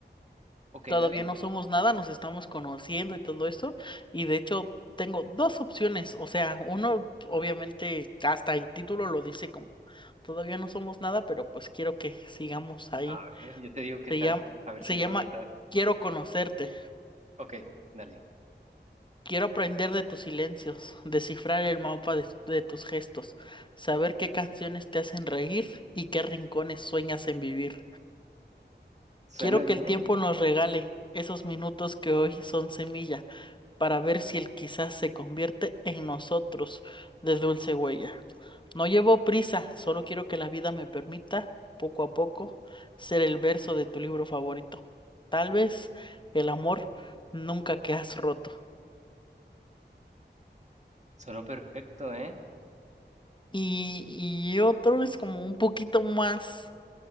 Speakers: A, on the right; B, on the left.
A: ok,
B: todavía
A: dale.
B: no somos nada, nos estamos conociendo y todo esto. Y de hecho, tengo dos opciones. O sea, uno, obviamente, hasta el título lo dice como todavía no somos nada, pero pues quiero que sigamos ahí.
A: A ver, yo te digo qué
B: Se
A: tal.
B: llama,
A: A ver
B: se
A: si le
B: llama
A: va a gustar.
B: Quiero conocerte.
A: Ok, dale.
B: Quiero aprender de tus silencios, descifrar el mapa de, de tus gestos, saber qué canciones te hacen reír y qué rincones sueñas en vivir.
A: Suena
B: Quiero
A: bien.
B: que el tiempo nos regale esos minutos que hoy son semilla para ver si él quizás se convierte en nosotros de dulce huella. No llevo prisa, solo quiero que la vida me permita, poco a poco, ser el verso de tu libro favorito. Tal vez el amor nunca que has roto.
A: Sonó perfecto, ¿eh?
B: Y, y otro es como un poquito más,